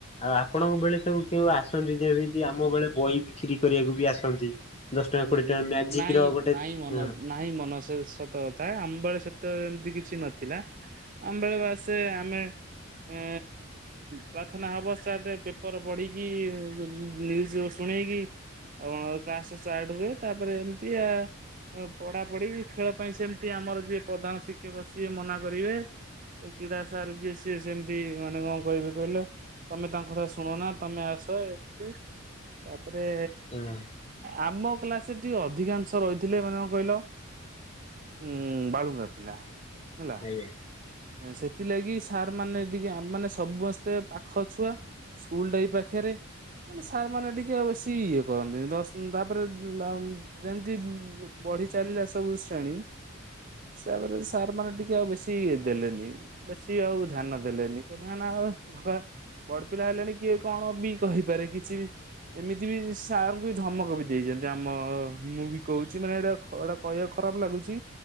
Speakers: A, on the left; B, on the right.
A: ଆ ଆପଣଙ୍କ ବେଳେ ସବୁ କେଉଁ ଆସନ୍ତି ଯେମିତି ଆମ ବେଳେ ବହି ବିକ୍ରି କରିବାକୁ ବି ଆସନ୍ତି। ଦଶ ଟଙ୍କା
B: ଉଁ
A: କୋଡିଏ ଟଙ୍କା ମ୍ୟାଜିକ
B: ନାଇଁ
A: ର ଗୋଟେ
B: ନାଇଁ ମନ
A: ହଁ
B: ନାଇଁ ମନ ସେ ତତ ଥାଏ ଆମ୍ବେଳେ ସେତ ଏମିତି କିଛି ନଥିଲା ଆମବେଳେ ବାସେ ଆମେ ଏ ପ୍ରାର୍ଥନା ହେବ ସାର୍ଟ ପେପର ପଢିକି ନ୍ୟୁଜ ଶୁଣେଇକି ଆ କ୍ଲାସ ଷ୍ଟାର୍ଟ ହୁଏ ତାପରେ ଏମିତି ଆ ପଢାପଢି ଖେଳ ପାଇଁ ସେମିତି ଆମର ଯିଏ ପ୍ରଧାନ ଶିକ୍ଷକ ସିଏ ମନା କରିବେ। କ୍ରୀଡ଼ା ସାର ଯିଏ ସିଏ ସେମିତି ମାନେ କଣ କହିବେ କହିଲ ତମେ ତାଙ୍କ କଥା ଶୁଣ ନା ତମେ ଆ ସ ଏତି ତାପରେ
A: ହଁ
B: ଆମ କ୍ଲାସରେ ଟିକେ ଅଧିକାଂଶ ରହିଥିଲେ ମାନେ କଣ କହିଲ ଉଁ ବାଳୁଙ୍ଗା ପିଲା। ହେଲା
A: ହେଇ।
B: ସେଥିଲାଗି ସାର୍ ମାନେ ଟିକେ ଆମାନେ ସମସ୍ତେ ପାଖ ଛୁଆ ସ୍କୁଲ ଟାଇ ପାଖେ ରେ ମାନେ ସାର ମନେଟିକେ ଆଉ ବେଶି ଇଏ କରନ୍ତିନି ଦଶ ତାପରେ ଆଓ ଯେମିତି ପଢିଚାଲିଲେ ସବୁ ଶ୍ରେଣୀ ତାପରେ ସାର୍ ମାନେ ଟିକେ ଆଉ ବେଶୀ ଦେଲେନି ବେଶୀ ଆଉ ଧ୍ୟାନ ଦେଲେନି କ ନା ନା ହେ ବଡ ପିଲା ହେଲେଣି କିଏ କଣ ବି କହିପାରେ କିଛି ବି ଏମିତି ବି ସାରଙ୍କୁ ବି ଧମକ ବି ଦେଇଛନ୍ତି ଆମ ମୁଁ ବି କହୁଛି ମାନେ ଏଇଟା ଏଇଟା କହିବାକୁ ଖରାପ ଲାଗୁଛି